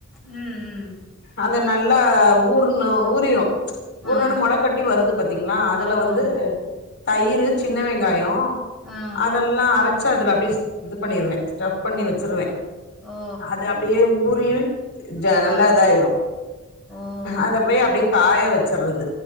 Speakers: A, in the centre; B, on the left.
A: ம் ம்
B: அத நல்லா ஊரணு ஊறிரு ஊர்ண
A: ஆ
B: வொன்ன மொளகட்டி வருது பாத்தீங்ளா அதுல
A: ஆமா
B: வந்து
A: ஆமா
B: தயிர் சின்னவெங்காயோ
A: ஆ
B: அதெல்லா அரச்சி அதுல அப்டியே இது பண்ணிருவே ஸ்டப் பண்ணி வச்சிருவே
A: ஓ ஓ ஓ
B: அது அப்டியே ஊறி ஜ நல்லா
A: ஆ
B: இதாயிரு
A: ஓ
B: அத
A: ஓகே
B: போய் அப்டியே காயவச்சிர்றது